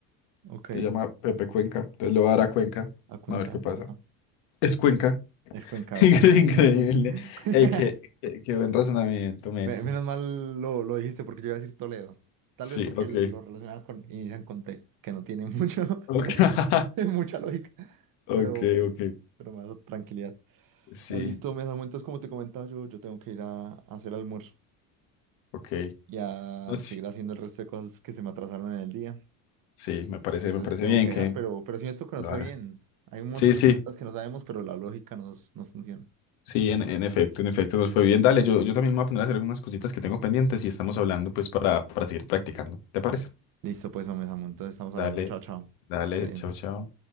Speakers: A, on the right; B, on the left.
A: Ok.
B: Se llama Pepe Cuenca. Entonces le voy a dar a Cuenca.
A: A Cuenca,
B: A ver qué pasa.
A: va.
B: Es Cuenca.
A: Es Cuenca,
B: <laughs> Incre-
A: bien.
B: Increíble. Ey, qué,
A: <laughs>
B: qué, qué buen razonamiento, Melkin.
A: Me- Menos mal lo, lo dijiste porque yo iba a decir Toledo. Tal
B: Sí,
A: vez porque
B: ok.
A: lo relacionaba con, inician con T, que no tiene mucho, <laughs>
B: Ok, <laughs>
A: mucha lógica,
B: ok.
A: pero,
B: ok.
A: pero me da tranquilidad.
B: Sí,
A: Ah, listo, me Samu, entonces como te comentaba yo, yo tengo que ir a, a hacer almuerzo
B: ok.
A: y a
B: No, Sí,
A: seguir haciendo el resto de cosas que se me atrasaron en el día.
B: sí, me parece,
A: Entonces
B: me parece
A: te tengo
B: bien
A: que
B: que
A: dejar, pero, pero siento que
B: lo
A: nos fue
B: hagas.
A: bien. Hay un montón
B: Sí, sí,
A: de preguntas que no sabemos, pero la lógica nos, nos funciona.
B: sí, en, en efecto, en efecto, nos fue bien. Dale, yo, yo también me voy a poner a hacer algunas cositas que tengo pendientes y estamos hablando pues para, para seguir practicando. ¿Te parece?
A: Listo, pues, Omesamu, entonces estamos
B: Dale,
A: hablando. Chao, chao.
B: dale,
A: Vale.
B: chao, chao.